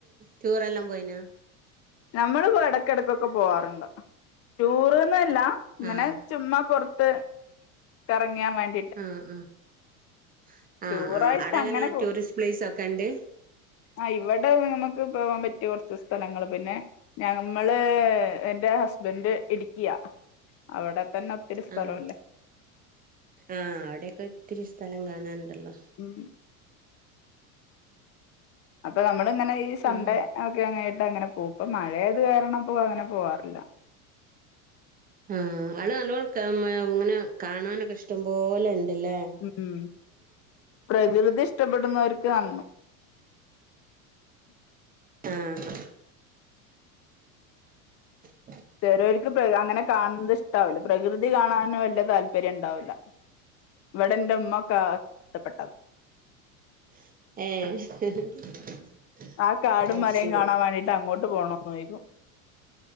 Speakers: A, on the right; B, on the left.
A: ടൂറെ എല്ലാം പോയിന.
B: നമ്മള് ഇപ്പോ ഇടക്കിടക്കൊക്കെ പോവാാറുണ്ട്. ടൂറ്ന്നല്ല ഇങ്ങനെ
A: ആഹ്
B: ചുമ് പുറത്ത് കറങ്ങിയാൻ വേണ്ടി
A: ആ ആ ആ
B: ടൂറായിട്ട്
A: ആ അവിടെ അങ്ങനെ
B: പോ
A: ടൂറിസ്റ്റ് പ്ലേസ് ഒക്കെ ഉണ്ട്.
B: ആഹ് ഇവടെ നമുക്ക് പോകാൻ പറ്റിയ കുറച്ച് സ്ഥലങ്ങള് പിന്നെ ഞമ്മള് എന്റെ ഹസ്ബന്റ് ഇടുക്കിയാ അവിടെ തന്നെ ഒത്തിരി സ്ഥലല്ലേ
A: ആഹ് ആഹ് അവിടെൊക്കെ ഒത്തിരി സ്ഥലം കാണാനുണ്ടല്ലോ
B: ഉം അപ്പൊ നമ്മളിങ്ങനെ ഈ സൺഡേ
A: ഉം
B: ഒക്കെ അങ്ങയിട്ട് അങ്ങനെ പോകും ഇപ്പ മഴായത് കാരണംപ്പോ അങ്ങനെ പോവാറില്ല
A: ആഹ് ആള് നല്ലോണം ഇങ്ങനെ കാണാനൊക്കെ ഇഷ്ടംപോലെണ്ട്ല്ലേ
B: ഉം പ്രകൃതി ഇഷ്ടപ്പെടുന്നവർക്ക് നന്നു
A: ആഹ് ഉം
B: ചെറിയോൽക്ക്പ്പൊ അങ്ങനെ കാണുന്നത് ഇഷ്ടാവൂല പ്രകൃതി കാണാനും വല്ല്യ താല്പര്യണ്ടാവൂലാ ഇവിടെ എന്റെമ്മക്കെ ആഹ് ടപ്പട്ടതാ
A: ഏഹ്
B: ആഹ് കാടും
A: അത്
B: മലയും
A: ശരി.
B: കാണാൻ വേണ്ടിയിട്ട് അങ്ങോട്ട് പോണോന്നോയ്ക്കും